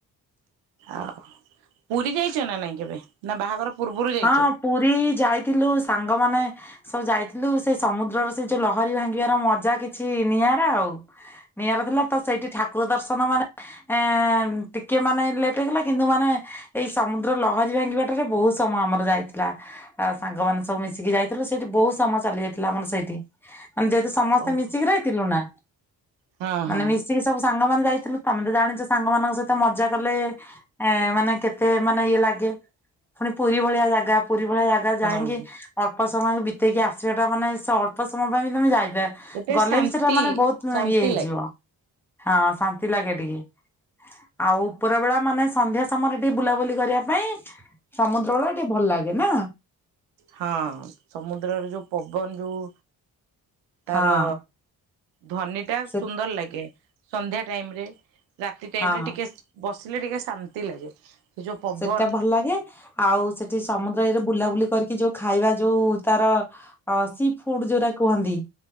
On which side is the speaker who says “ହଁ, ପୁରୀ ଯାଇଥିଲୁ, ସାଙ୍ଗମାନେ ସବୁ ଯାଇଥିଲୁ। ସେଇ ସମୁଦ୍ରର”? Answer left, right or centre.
Centre